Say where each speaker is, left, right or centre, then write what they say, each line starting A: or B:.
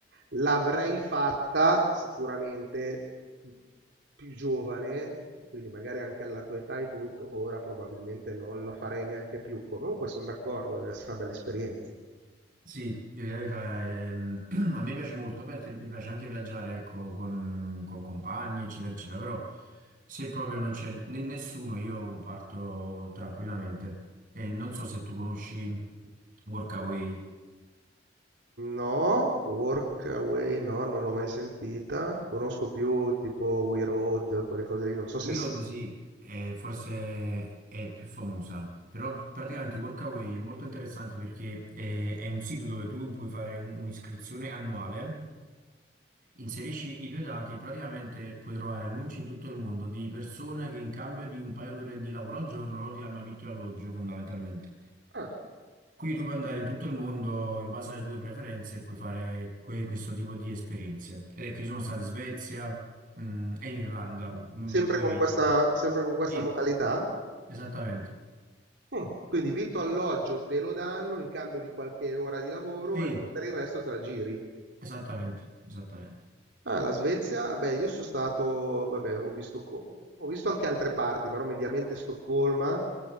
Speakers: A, on the right; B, on the right.
A: l'avrei fatta sicuramente, mhmm, più giovane, e quindi magari anche alla tua età e tutto, ora probabilmente non la farei neanche più. Comunque son d'accordo, deve essere una bella esperienza.
B: Sì, devo dire la verità, ehm, <clears throat> a me piace molto, ovviamente mi piace anche viaggiare, ecco, con, con compagni, eccetera, eccetera, però se proprio non c'è ne- nessuno, io parto tranquillamente. E non so se tu conosci Workaway.
A: No, Workaway no, non l'ho mai sentita. Conosco più tipo We Road, quelle cose lì, non so
B: We
A: se...
B: Road, sì, è- forse è più famosa, però praticamente Workaway è molto interessante perché è, è un sito dove tu puoi fare un- un'iscrizione annuale Inserisci i due dati e praticamente puoi trovare annunci in tutto il mondo di persone che in cambio di un paio d'ore di lavoro al giorno loro ti danno vitto e alloggio fondamentalmente.
A: Ah,
B: Quindi tu puoi andare in tutto il mondo in base alle tue preferenze e puoi fare que- questo tipo di esperienze. Ed è che io sono stato in Svezia, mm, e in Irlanda, mm,
A: sempre
B: due
A: con
B: mesi.
A: questa, sempre con questa
B: Sì,
A: modalità?
B: esattamente.
A: Mm, Quindi vitto alloggio te lo danno in cambio di qualche ora di lavoro
B: Sì,
A: e per il resto te la giri.
B: esattamente, esattamente.
A: Ah, la Svezia? Beh, io sono stato, vabbè, ho visto, co- ho visto anche altre parti, però mediamente Stoccolma.